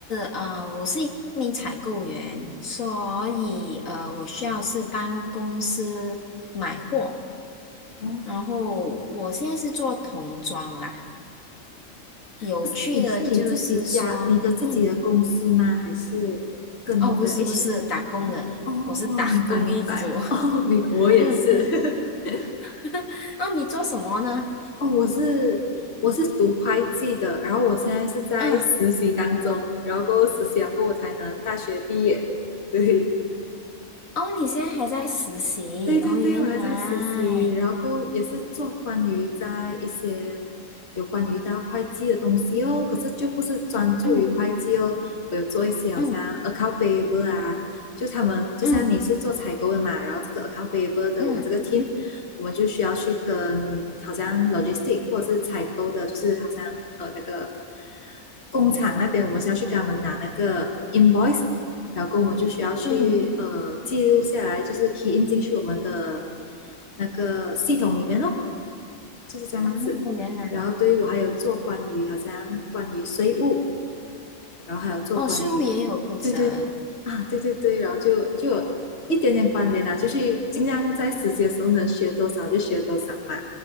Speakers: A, on the left; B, on the left.
A: 啊、呃我是一名采购员，所以呃，我需要是帮公司买货。
B: 哦，
A: 然后我现在是做童装啦。有趣的就是说，
B: 那是你是你自己家，你的自己的公司吗？
A: 嗯，
B: 还是跟你朋友一起开？
A: 哦，不是不是，打工的，
B: 哦，
A: 我是打工一族。
B: 明白明白，
A: <laughs>
B: <laughs> 哦，明白我也是。
A: 嗯嗯。
B: <laughs>
A: <laughs> 哦，你做什么呢？
B: 哦，我是我是读会计的，然后我现在是在实习当中，
A: 嗯。
B: 然后过后实习了过后我才能大学毕业。对。
A: 哦，你现在还在实习哦，
B: 对对对，
A: 原来，
B: 我还在实习，然后也是做关于在一些有关于到会计的东西哦，可是就不是专注于会计哦，
A: 嗯
B: 我有做一些好像
A: 嗯
B: account payable 啊，就他们就像你是做采购的嘛，
A: 嗯
B: 然后这个 account payable 的我们这个
A: 嗯
B: team，我们就需要去跟好像 logistic 或者是采购的，就是好像呃那个工厂那边，我们是要去跟他们拿那个 invoice。然后我们就需要去呃记录下来，
A: 嗯哼，
B: 就是 key in 进去我们的那个系统里面哦，就是这样子。
A: 啊，原来，
B: 然后对于我还有做关于好像关于税务，然后还有做关于对对啊对对对，
A: 哦，税务也有负责
B: 然后就就有一点点关联啦、啊就是尽量在实习的时候能学多少就学多少嘛。